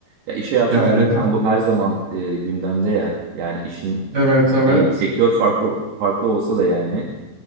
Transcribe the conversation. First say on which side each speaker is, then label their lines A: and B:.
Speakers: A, on the right; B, on the right.
A: Ya iş hayatında
B: Yani reka
A: zaten bu her zaman e, gündemde ya. Yani işin
B: evet evet.
A: e, sektör farklı farklı olsa da yani